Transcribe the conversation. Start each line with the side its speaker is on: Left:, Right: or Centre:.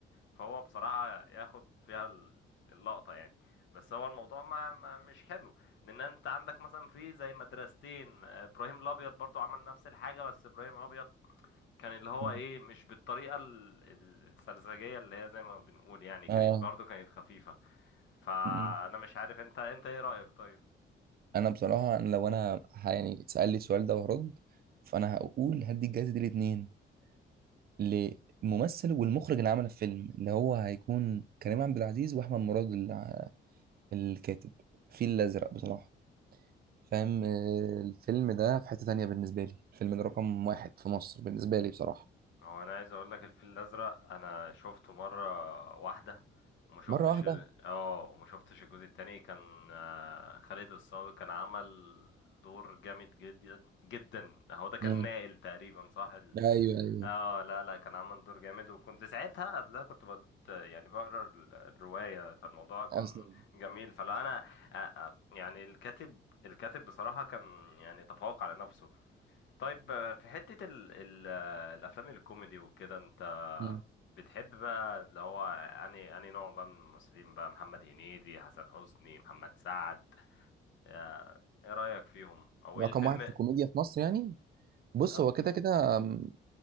Left: فهو بصراحه ياخد فيها ال- اللقطه يعني بس هو الموضوع ما, ما مش حلو لان انت عندك مثلا في زي مدرستين آه، ابراهيم الابيض برضو عمل نفس الحاجه بس ابراهيم الابيض كان اللي هو
Right: مم.
Left: ايه مش بالطريقه ال- ال- السرزجيه اللي هي زي ما بنقول يعني كانت
Right: اه
Left: برضو كانت خفيفه فانا
Right: مم.
Left: مش عارف انت انت ايه رايك طيب
Right: انا بصراحه أنا لو انا ه- يعني اتسال لي السؤال ده وهرد فانا هقول هدي الجائزه دي الاثنين للممثل والمخرج اللي عمل الفيلم اللي هو هيكون كريم عبد العزيز واحمد مراد الع- الكاتب الفيل الازرق بصراحه فاهم آه، الفيلم ده في حته تانية بالنسبه لي الفيلم ده رقم واحد في مصر بالنسبه لي بصراحه
Left: هو انا عايز اقول لك الفيل الازرق انا شفته مره واحده وما شفتش
Right: مره واحده
Left: ال- اه وما شفتش الجزء التاني كان آه، خالد الصاوي كان عمل دور جامد جدا جدا هو ده كان
Right: مم.
Left: نائل تقريبا صح ال...
Right: ايوه ايوه
Left: اه لا لا كان عمل دور جامد وكنت ساعتها قبلها كنت بت... يعني بقرا ال- الروايه فالموضوع كان
Right: اصلا
Left: جميل فلا انا آه، آه، يعني الكاتب الكاتب بصراحه كان يعني تفوق على نفسه طيب آه، في حتة ال ال آه، الأفلام الكوميدي وكده أنت
Right: مم.
Left: بتحب بقى اللي هو أنهي أنهي نوع بقى من الممثلين بقى محمد هنيدي حسن حسني محمد سعد آه، إيه رأيك فيهم أو إيه
Right: رقم
Left: الفيلم
Right: واحد في الكوميديا في مصر يعني بص
Left: أم-
Right: هو كده كده أم،